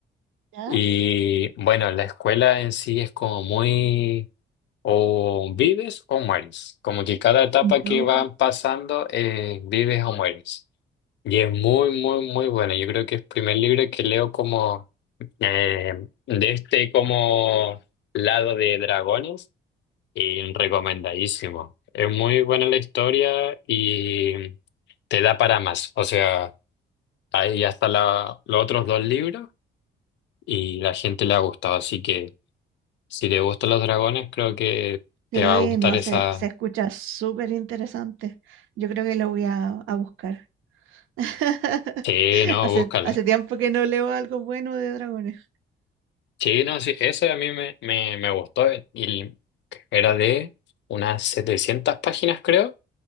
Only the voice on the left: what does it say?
Y bueno, la escuela en sí es como muy o vives o mueres, como que cada etapa
que van pasando eh, vives o mueres. Y es muy, muy, muy buena. Yo creo que es el primer libro que leo como eh, de este como lado de dragones y recomendadísimo. Es muy buena la historia y te da para más. O sea, ahí ya están la- los otros dos libros y la gente le ha gustado. Así que si te gustan los dragones, creo que te
va a gustar
esa...
Sí, no,
búscalo.
Sí, no, sí, ese a mí me, me, me gustó eh, y era de unas 700 páginas, creo,